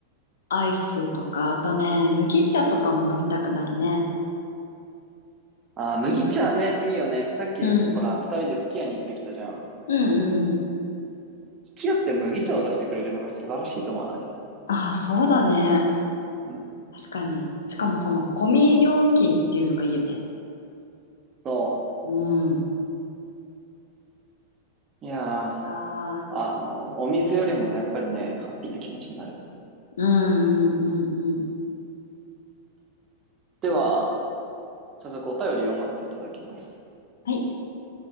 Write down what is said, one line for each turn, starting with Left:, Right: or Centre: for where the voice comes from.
Left: アイスとか、あとね、麦茶とかも飲みたくなるね。
Right: あー、麦茶ね、いいよね。さっき、
Left: うん。
Right: ほら、二人でスキヤに行ってきたじゃん。
Left: うんうんうん。
Right: スキヤって麦茶を出してくれるのが素晴らしいと思わない
Left: ああ、そうだね。
Right: うん
Left: 確かに。しかもその、込み料金っていうのがいいよね。
Right: そう
Left: うん。い
Right: いや
Left: やー
Right: ー、あの、お水よりもやっぱりね、ハッピーな気持ちになる。
Left: うんうんうんうん。
Right: では、早速お便り読ませていただきます。
Left: はい。